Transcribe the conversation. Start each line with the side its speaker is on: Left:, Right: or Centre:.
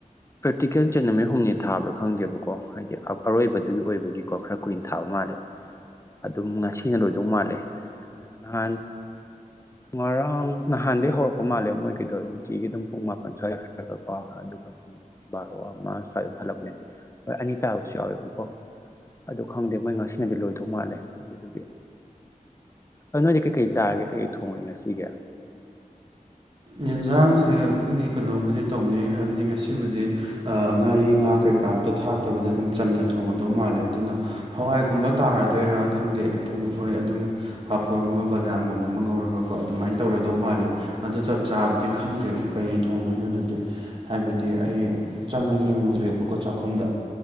Left: ꯄ꯭ꯔꯦꯛꯇꯤꯀꯦꯜ ꯆꯠ ꯅꯨꯃꯤꯠ ꯍꯨꯝꯅꯤ ꯊꯥꯕ꯭ꯔꯥ ꯈꯪꯗꯦꯕꯀꯣ ꯍꯥꯏꯗꯤ ꯑꯔꯣꯏꯕꯗꯨꯒꯤ ꯑꯣꯏꯕꯒꯤꯀꯣ ꯈꯔ ꯀꯨꯏꯅ ꯊꯥꯕ ꯃꯥꯜꯂꯦ ꯑꯗꯨꯝ ꯉꯁꯤꯅ ꯂꯣꯏꯗꯧ ꯃꯥꯜꯂꯦ ꯅꯍꯥꯟ ꯉꯔꯥꯡ ꯅꯍꯥꯟꯗꯒꯤꯩ ꯍꯧꯔꯛꯄ ꯃꯥꯜꯂꯦ ꯃꯣꯏꯒꯤꯗꯣ ꯅꯨꯡꯇꯤꯒꯤ ꯑꯗꯨꯝ ꯄꯨꯡ ꯃꯥꯄꯟ ꯁꯣꯏꯈ꯭ꯔꯒ ꯀꯣ ꯑꯗꯨꯒ ꯄꯨꯡ ꯕꯥꯔꯣ ꯑꯃ ꯁ꯭ꯋꯥꯏꯗ ꯑꯗꯨꯝ ꯍꯜꯂꯛꯄꯅꯦ ꯍꯣꯏ ꯑꯅꯤ ꯇꯥꯕꯁꯨ ꯌꯥꯎꯋꯦꯕꯀꯣ ꯑꯗꯨ ꯈꯪꯗꯦ ꯃꯣꯏ ꯉꯁꯤꯅꯗꯤ ꯂꯣꯏꯗꯧ ꯃꯥꯜꯂꯦ ꯑꯗꯨꯗꯨꯒꯤ ꯑ ꯅꯣꯏꯗꯤ ꯀꯩꯀꯩ ꯆꯥꯒꯦ ꯀꯩꯀꯩ ꯊꯣꯡꯉꯒꯦ ꯉꯁꯤꯒꯦ
Right: ꯌꯦꯟꯁꯥꯡꯁꯦ ꯑꯩꯈꯣꯏꯒꯤ ꯀꯩꯅꯣꯕꯨꯗꯤ ꯇꯧꯅꯩ ꯍꯥꯏꯕꯗꯤ ꯉꯁꯤꯕꯨꯗꯤ ꯉꯥꯔꯤ ꯉꯥ ꯀꯩꯀꯥ ꯑꯃꯝꯇ ꯊꯥꯛꯇꯕꯤꯗ ꯑꯗꯨꯝ ꯆꯝꯅ ꯊꯣꯡꯉꯗꯧ ꯃꯥꯜꯂꯦ ꯑꯗꯨꯅ ꯍꯋꯥꯏꯒꯨꯝꯕ ꯇꯥꯔꯗꯣꯏꯔꯥ ꯈꯪꯗꯦ ꯑꯗꯨ ꯍꯣꯏ ꯑꯗꯨꯝ ꯐꯥꯐꯣꯔꯒꯨꯝꯕ ꯕꯗꯥꯝꯒꯨꯝꯕ ꯑꯃ ꯉꯧꯔꯒꯀꯣ ꯑꯗꯨꯃꯥꯏꯅ ꯇꯧꯔꯗꯧ ꯃꯥꯜꯜꯂꯤ ꯑꯗꯣꯞ ꯆꯥꯕꯗꯤ ꯈꯪꯗ꯭ꯔꯦꯁꯨ ꯀꯔꯤ ꯊꯣꯡꯗꯣꯏꯅꯣꯗꯗꯤ ꯍꯥꯏꯕꯗꯤ ꯑꯩ ꯆꯪꯉ ꯌꯦꯡꯉꯨꯗ꯭ꯔꯦꯕꯀꯣ ꯆꯥꯛꯈꯨꯝꯗ